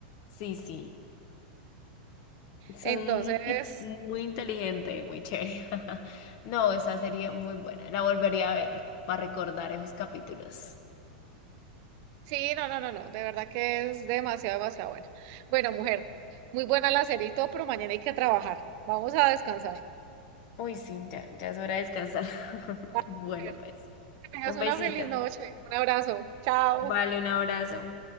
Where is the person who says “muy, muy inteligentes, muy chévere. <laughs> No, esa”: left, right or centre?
Left